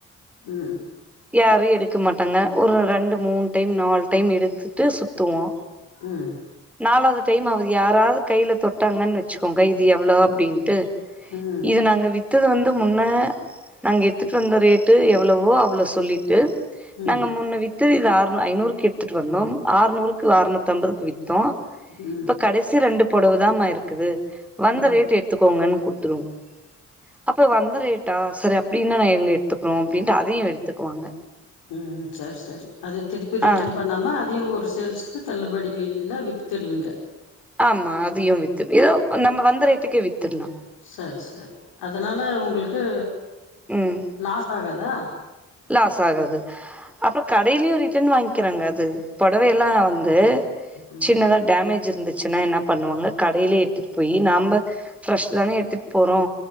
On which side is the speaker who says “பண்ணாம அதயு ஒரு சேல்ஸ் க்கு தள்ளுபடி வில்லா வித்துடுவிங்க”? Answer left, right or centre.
Left